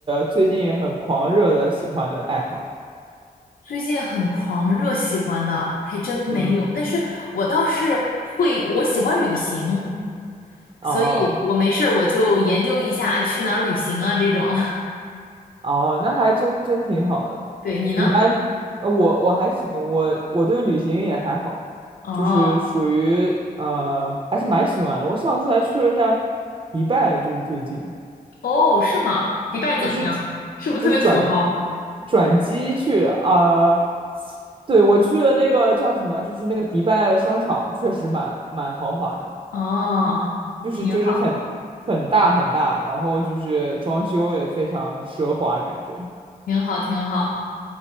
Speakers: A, on the right; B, on the left.
A: 最近很狂热的喜欢的爱好呀？
B: 最近很狂热喜欢的还真没有，
A: 嗯，
B: 但是我倒是会，我喜欢旅行，
A: 啊，
B: 所以我没事儿我就研究一下去哪儿旅行啊这种。<laughs>
A: 哦，那还真真挺好的。
B: 对，你呢？
A: 一般，呃我我还行，我我对旅行也还好，
B: 哦
A: 就是属于呃，还是蛮喜欢的。我上次还去了一下迪拜，就是最近，
B: 哦，是吗？迪拜怎么样？
A: 就是
B: 是不是特别土豪？
A: 就是转转机去的啊、呃对，我去了那个叫什么，就是那个迪拜商场，确实蛮蛮豪华的，
B: 哦，
A: 就是就是很很大很大，
B: 挺好，
A: 然后就是装修也非常奢华，感觉。
B: 挺好，挺好。